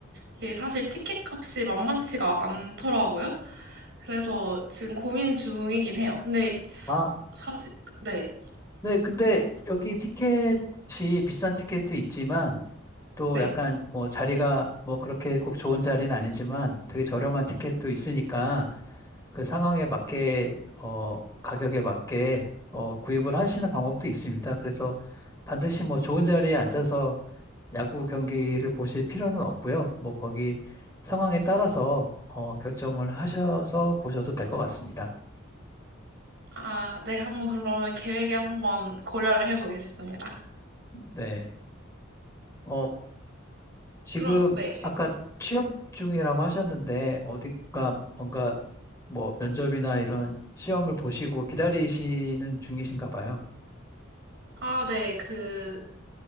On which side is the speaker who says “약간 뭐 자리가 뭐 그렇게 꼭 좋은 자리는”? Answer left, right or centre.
Left